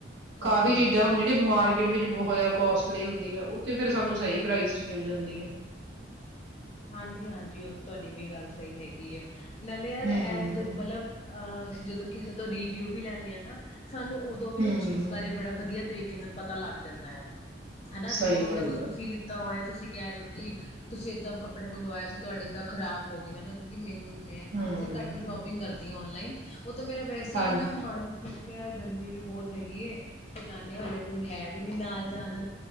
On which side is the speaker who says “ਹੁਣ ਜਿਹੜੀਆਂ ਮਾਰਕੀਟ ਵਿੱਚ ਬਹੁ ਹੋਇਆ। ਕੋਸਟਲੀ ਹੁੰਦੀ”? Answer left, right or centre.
Right